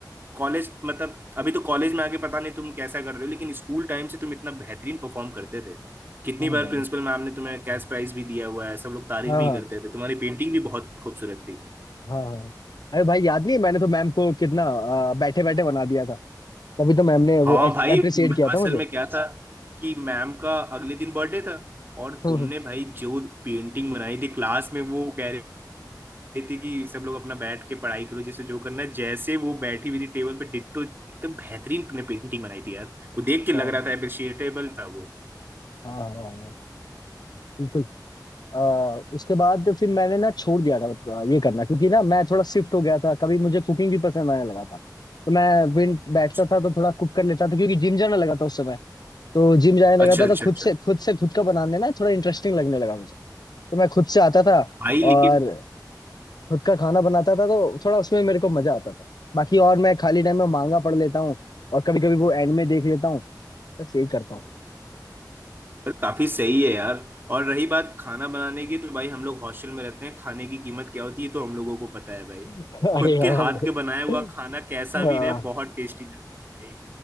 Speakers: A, on the right; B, on the left.
A: कॉलेज मतलब अभी तो कॉलेज में आके पता नहीं तुम कैसा कर रहे हो लेकिन स्कूल टाइम से तुम इतना बेहतरीन परफॉर्म करते थे कितनी
B: हाँ
A: बार
B: भाई
A: प्रिंसिपल मैम ने तुम्हें कैश प्राइज भी दिया हुआ है सब लोग तारीफ
B: हाँ
A: भी
B: हाँ
A: करते थे तुम्हारी पेंटिंग भी बहुत खूबसूरत थी
B: हाँ हाँ अरे भाई याद नहीं है मैंने तो मैम को कितना बैठे बैठे बना दिया था तभी तो मैम ने वो
A: हाँ भाई
B: अप्रिसिएट किया
A: असल
B: था मुझे
A: में क्या था कि मैम का अगले दिन बर्थडे था और
B: हम्म,
A: तुमने
B: हम्म,
A: भाई जो पेंटिंग बनाई थी क्लास में वो कह रहे रही थी कि सब लोग अपना बैठ के पढ़ाई करो जिसे जो करना है जैसे वो बैठी हुई थी टेबल पे डिट्टो एकदम बेहतरीन ने पेंटिंग बनाई थी यार वो देख के लग
B: हाँ
A: रहा
B: भाई
A: था अप्रिशिएटेबल था वो
B: हाँ हाँ हाँ, बिल्कुल आ, उसके बाद फिर मैंने ना छोड़ दिया था अ, ये करना क्योंकि ना मैं थोड़ा शिफ्ट हो गया था कभी मुझे कुकिंग भी पसंद आने लगा था तो मैं विन बैठता
A: अच्छा
B: था तो थोड़ा कुक कर लेता था क्योंकि जिम जाने लगा था उस समय तो जिम जाने लगा
A: अच्छा हम्म
B: था तो
A: अच्छा
B: खुद
A: अच्छा
B: से खुद से खुद का बनाने ना थोड़ा इंटरेस्टिंग लगने लगा मुझे तो मैं खुद से आता था
A: भाई लेकिन
B: और खुद का खाना बनाता था तो थोड़ा उसमें मेरे को मजा आता था बाकी और मैं खाली टाइम में मांगा पढ़ लेता हूँ और कभी कभी वो एंड में देख लेता हूँ बस यही करता हूँ
A: पर काफी सही है यार और रही बात खाना बनाने की तो भाई हम लोग हॉस्टल में रहते हैं खाने की कीमत क्या होती है तो हम लोगों को पता है भाई
B: <laughs> अरे
A: खुद
B: हाँ
A: के हाथ
B: भाई।
A: के बनाया हुआ खाना कैसा
B: हाँ
A: भी रहे बहुत टेस्टी लगता है भाई